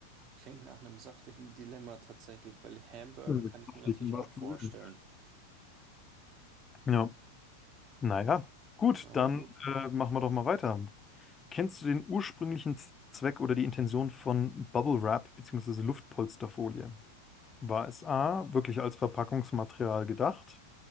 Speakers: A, on the right (about 35°); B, on the left (about 20°).
A: Klingt nach einem saftigen Dilemma tatsächlich, weil Hamburger
B: Also,
A: kann ich
B: das
A: mir natürlich
B: liegt im wahrsten
A: auch vorstellen.
B: Sinne. Ja, naja, gut,
A: Aber
B: dann
A: gut.
B: äh, machen wir doch mal weiter. Kennst du den ursprünglichen Z- Zweck oder die Intention von Bubble Wrap bzw. Luftpolsterfolie? War es A, wirklich als Verpackungsmaterial gedacht?